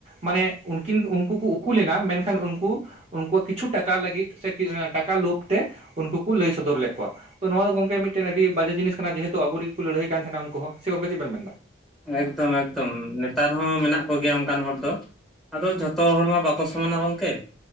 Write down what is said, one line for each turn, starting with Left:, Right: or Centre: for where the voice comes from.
Right: ᱢᱟᱱᱮ ᱩᱱᱠᱤᱱ ᱩᱱᱠᱩ ᱠᱚ ᱩᱠᱩ ᱞᱮᱱᱟ ᱢᱮᱱᱠᱷᱟᱱ ᱩᱱᱠᱩ ᱩᱱᱠᱩᱣᱟᱜ ᱠᱤᱪᱷᱩ ᱴᱟᱠᱟ ᱞᱟᱹᱜᱤᱫ ᱥᱮ ᱴᱟᱠᱟ ᱞᱳᱵᱷᱛᱮ ᱩᱱᱠᱩ ᱠᱚ ᱞᱟᱹᱭ ᱥᱚᱫᱚᱨ ᱞᱮᱫ ᱠᱚᱣᱟ ᱛᱚ ᱱᱚᱣᱟ ᱫᱚ ᱜᱚᱝᱠᱮ ᱢᱤᱫᱴᱮᱱ ᱟᱹᱰᱤ ᱵᱟᱡᱮ ᱡᱤᱱᱤᱥ ᱡᱮᱦᱮᱛᱩ ᱟᱵᱚ ᱨᱮ ᱠᱚ ᱞᱟᱹᱲᱦᱟᱹᱭ ᱠᱟᱱ ᱛᱟᱦᱮᱱᱟ ᱩᱱᱠᱩ ᱦᱚᱸ ᱥᱮ ᱜᱚᱝᱠᱮ ᱪᱮᱫ ᱵᱮᱱ ᱢᱮᱱᱫᱟ?
Centre: ᱮᱠᱫᱚᱢ ᱮᱠᱫᱚᱢ ᱱᱮᱛᱟᱨ ᱦᱚᱸ ᱢᱮᱱᱟᱜ ᱠᱚᱜᱮᱭᱟ ᱚᱱᱠᱟᱱ ᱦᱚᱲ ᱫᱚ᱾ ᱟᱫᱚ ᱡᱷᱚᱛᱚ ᱦᱚᱲ ᱢᱟ ᱵᱟᱠᱚ ᱥᱚᱢᱟᱱᱟ ᱜᱚᱝᱠᱮ